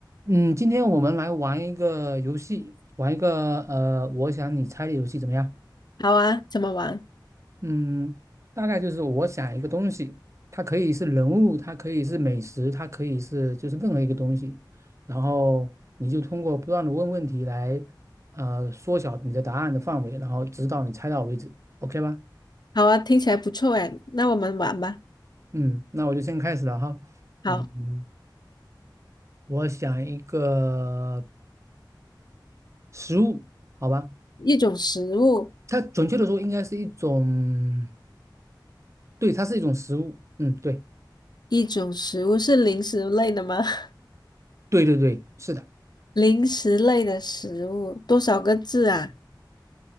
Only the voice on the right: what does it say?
嗯，今天我们来玩一个游戏，玩一个呃，我想你猜的游戏怎么样？
嗯，大概就是我想一个东西，它可以是人物，它可以是美食，它可以是就是任何一个东西，然后你就通过不断的问问题来呃缩小你的答案的范围，然后直到你猜到为止，OK 吧？
嗯，那我就先开始了哈。
嗯嗯我想一个食物，好吧？
它准确的说应该是一种。对，它是一种食物。嗯，对，
对对对，是的，